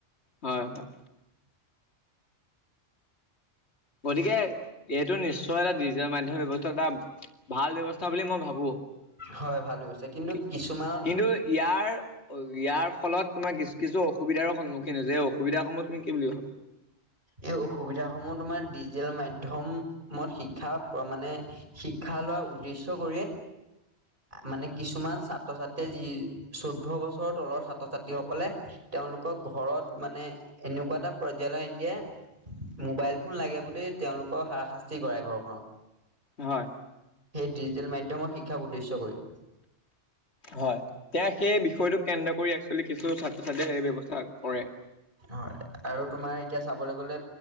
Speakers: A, on the left; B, on the right.
A: হয় - হয়। গতিকে এইটো নিশ্চয় এটা ডিজাৰ মান। ব্যৱস্থা এটা ভাল ব্যৱস্থা বুলি মই ভাবো।
B: হয় ভাল ব্যৱস্থা। কিন্তু
A: কিন্তু
B: কিছুমানত
A: ইয়াৰ অ, ইয়াৰ ফলত তোমাৰ কি কিছু অসুবিধাৰো সন্মুখীন হৈছে এই অসুবিধাসমূহ তুমি কি বুলি ভাবা।
B: এই অসুবিধাস সমূহ তোমাৰ ডিজিটেল মাধ্যমত শিক্ষা মানে শিক্ষা ভা লোৱাৰ উদ্দেশ্য কৰি মানে কিছুমান ছাত্ৰ ছাত্ৰীয়ে যি চৌধ্যয় বছৰৰ তলৰ ছাত্ৰ ছাত্ৰীসকলে তেওঁলোকক ঘৰত মানে এনেকুৱা এটা পৰ্যায়াললৈ নিদিয়ে মোবাইল ফোন লাগে বুলি তেওঁলোকৰ হাৰাশাস্তি কৰে ঘৰখনত।
A: হয়।
B: সেই ডিজিটেল মাধ্যমৰ শিক্ষা উদ্দেশ্য কৰি।
A: হয়। তেওঁ সেই বিষয়টোক কেন্দ্ৰ কৰি একশ্যোৱেল কিছু ছাত্ৰ ছাত্ৰীয়ে সেই ব্যৱস্থা কৰে।
B: হয়। আৰু তোমাৰ এতিয়া চাবলৈ গ'লে